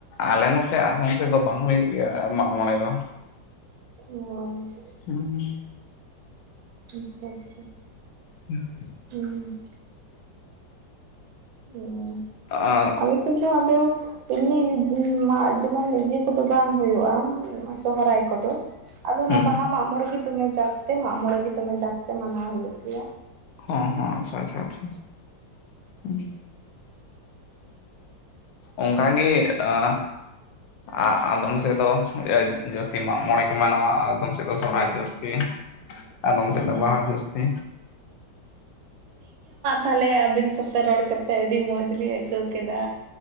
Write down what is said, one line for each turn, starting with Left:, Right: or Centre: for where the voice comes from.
Left: ᱟᱞᱮ ᱱᱚᱛᱮ ᱟᱥᱟᱱ ᱥᱮᱫ ᱵᱟᱝ ᱦᱩᱭᱩᱜ ᱜᱮᱭᱟ ᱢᱟᱜ ᱢᱚᱬᱮ ᱫᱚ
Right: ᱚ
Left: ᱦᱩᱸ
Right: ᱟᱪᱪᱷᱟ ᱟᱪᱪᱷᱟ
Left: ᱦᱩᱸ
Right: ᱦᱩᱸ ᱚ <unintelligible>
Left: ᱟᱨ <unintelligible>
Right: ᱠᱤᱱᱛᱩ ᱟᱫᱚ ᱮᱢᱱᱤ ᱵᱟ ᱡᱮᱢᱚᱱ ᱤᱭᱟᱹ ᱠᱚᱫᱚ ᱵᱟᱝ ᱦᱩᱭᱩᱜᱼᱟ ᱥᱚᱦᱚᱨᱟᱭ ᱠᱚᱫᱚ ᱟᱫᱚ ᱚᱱᱟ
Left: ᱦᱩᱸ
Right: ᱵᱟᱦᱟ ᱢᱟᱜ ᱢᱚᱬᱮ ᱜᱮ ᱫᱚᱢᱮ ᱡᱟᱠ ᱛᱮ ᱢᱟᱜ ᱢᱚᱬᱮ ᱜᱮ ᱫᱚᱢᱮ ᱡᱟᱠ ᱛᱮ ᱢᱟᱱᱟᱣ ᱦᱩᱭᱩᱜ ᱜᱮᱭᱟ
Left: ᱦᱚᱸ ᱦᱚᱸ ᱟᱪᱪᱷᱟ ᱟᱪᱪᱷᱟ ᱟᱪᱪᱷᱟ ᱦᱩᱸ ᱚᱱᱠᱟᱜᱮ ᱟ ᱟ-ᱟᱫᱚᱢ ᱥᱮᱫ ᱫᱚ ᱡᱟᱹᱥᱛᱤ ᱢᱟᱜ ᱢᱚᱬᱮ ᱠᱚ ᱢᱱᱟᱣᱟ ᱟᱫᱚᱢ ᱥᱮᱫ ᱫᱚ
Right: ᱚ
Left: ᱥᱚᱦᱨᱟᱭ ᱡᱟᱹᱥᱛᱤ ᱟᱫᱚᱢ
Right: ᱦᱮᱸ
Left: ᱥᱮᱫ ᱫᱚ ᱵᱟᱦᱟ ᱡᱟᱹᱥᱛᱤ
Right: ᱛᱟᱞᱦᱮ ᱟᱹᱵᱤᱱ ᱥᱟᱶᱛᱮ ᱨᱚᱲ ᱠᱟᱛᱮᱫ ᱟᱹᱰᱤ ᱢᱚᱡᱽ ᱞᱤᱧ ᱟᱹᱭᱠᱟᱹᱣ ᱠᱮᱫᱟ